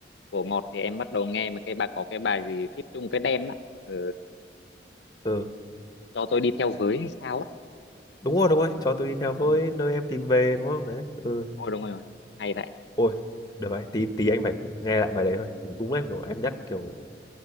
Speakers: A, on the left; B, on the left.
A: của Ngọt thì em bắt đầu nghe mà cái bà có cái bài gì feat chung với Đen á ừ,
B: ừ
A: cho tôi đi theo với hay sao á
B: đúng rồi đúng rồi cho tôi đi theo với
A: đúng rồi
B: nơi em tìm về đúng không đấy ừ
A: đúng rồi đúng rồi hay vậy
B: ôi được rồi tí tí anh phải nghe lại bài đấy thôi đúng em kiểu em nhắc kiểu